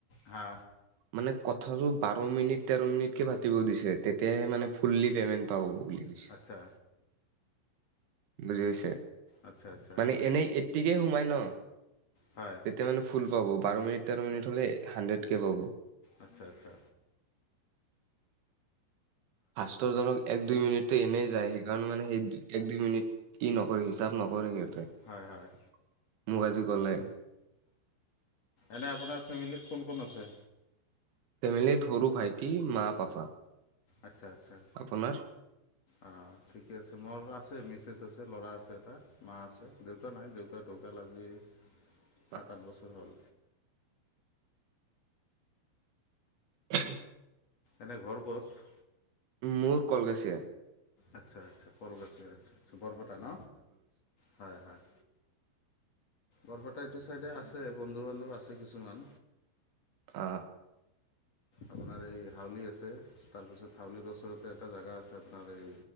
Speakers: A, on the left (about 40°); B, on the right (about 70°).
A: হা
B: মানে কথাটো বাৰ মিনিট, তেৰ মিনিটকে পাতিব দিছে তেতিয়াহে মানে ফুল্লি পেমেন্ পাব। বুলি কৈছে।
A: আচ্ছা
B: বুজি পাইছে
A: আচ্ছা আচ্ছা
B: মানে এনেই। গতিকেই সোমাই ন।
A: হয়
B: তেতিয়া মানে ফুল পাব বাৰ মিনিট তেৰ মিনিট হলে হাড্ৰেড কে পাব।
A: আচ্ছা-আচ্ছা।
B: ফাষ্টৰ ধৰক এক দুই মিনিট এনেই যায়হি। সেইকাৰণে মানে সেই এক দুই মিনিট ই নকৰে হিচাপ নকৰে সিহ।
A: হয় হয়
B: মোক আজি কলে।
A: এনেই আপোনাৰ ফেমিলী কোন-কোন আছে।
B: ফেমিলি সৰু ভাইটি, মা, পাপা।
A: আচ্ছা-আচ্ছা
B: আপোনাৰ
A: অ ঠিকে আছে মোৰ আ। আ মিছেছ আছে ল'ৰা আছে এটা মা আছে দেউতা নাই দেউতা ঢুকাল আজি। সাত
B: আহ
A: আঠ বছৰ হ'ল।
B: <unintelligible>
A: এনেই ঘৰ কত।
B: মোৰ কলগছিয়া।
A: আচ্ছা আচ্ছা কলগছি আচ্ছা আচছ বৰপেটা ন হয় হয়। বৰপেটা এইটো চাইডে আছে বন্ধু বান্ধৱ আছে কিছুমান।
B: অহ।
A: আপোনাৰ এই হাউলি আছে তাৰপিছত হাউলিৰ ওচৰতে এটা জেগা আছে আপোনাৰ এই।